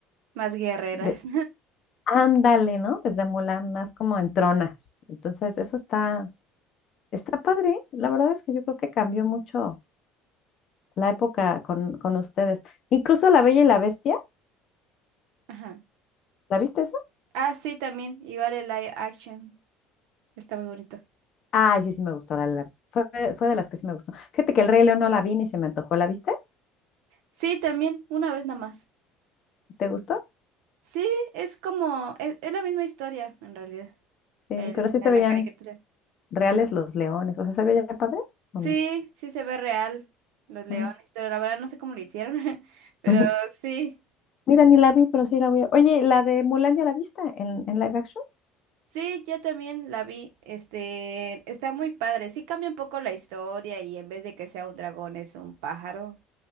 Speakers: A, on the right; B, on the left.
A: Más guerreras.
B: de, ándale, ¿no? Desde Mulan, más como en tronas. Entonces, eso está, Está padre, la verdad es que yo creo que cambió mucho la época con, con ustedes. Incluso La Bella y la Bestia,
A: <laughs> Ajá.
B: ¿la viste esa?
A: Ah, sí, también. Igual el live action. Está muy bonito.
B: Ay, sí, sí me gustó, la, la- fue, fue de las que sí me gustó. Fíjate que el Rey León no la vi ni se me antojó, ¿la viste?
A: Sí, también. Una vez nada más.
B: ¿Te gustó?
A: Sí, es como. Es, es la misma historia, en realidad.
B: Sí,
A: El,
B: pero sí
A: la
B: se
A: de
B: veían
A: la caricatura.
B: reales los leones, o sea, ¿se veía padre o
A: Sí,
B: no?
A: sí se ve real. Los leones,
B: Ah,
A: pero la verdad no sé cómo lo hicieron. <laughs> Pero
B: <laughs>
A: sí.
B: Mira, ni la vi, pero sí la voy a... Oye, ¿la de Mulan ya la viste en, en live action?
A: Sí, yo también la vi. Este, está muy padre. Sí cambia un poco la historia y en vez de que sea un dragón es un pájaro